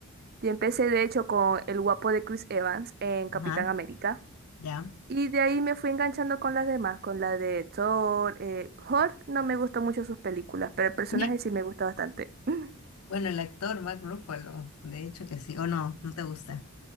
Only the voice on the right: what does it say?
yo empecé de hecho con el guapo de Chris Evans en Capitán
América,
y de ahí me fui enganchando con las demás, con la de Thor, eh, Hulk, no me gustó mucho sus películas, pero el personaje
sí me gusta bastante. <laughs>